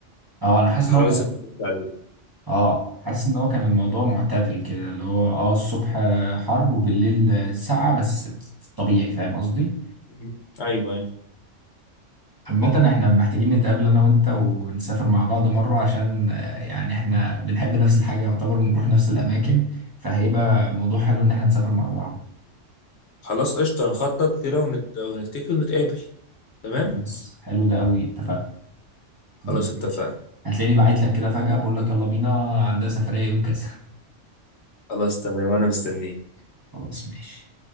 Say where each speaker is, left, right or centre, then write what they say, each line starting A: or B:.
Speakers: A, on the right (about 20°); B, on the left (about 65°).
A: اه انا حاسس
B: الحراره
A: ان هو كان
B: لسه بترجع عليه
A: اه حاسس ان هو كان الموضوع معتدل كده اللي هو اه الصبح حر وبالليل ساقعة بس في الطبيعي فاهم قصدي
B: مم. ايوه ايوه
A: عامة احنا محتاجين نتقابل انا وانت ونسافر مع بعض مرة عشان آه، يعني احنا بنحب نفس الحاجة يعتبر بنروح نفس الاماكن فهيبقى موضوع حلو ان احنا نسافر مع بعض
B: خلاص قشطة هنخطط كده ونت... ونتفق ونتقابل تمام
A: خلاص حلو ده قوي اتفقنا
B: خلاص
A: ماشي.
B: اتفقنا
A: هتلاقيني بعت لك كده فجأة بقول لك يلا بينا عندها سفرية يوم كذا
B: خلاص تمام وانا مستنيك
A: خلاص ماشي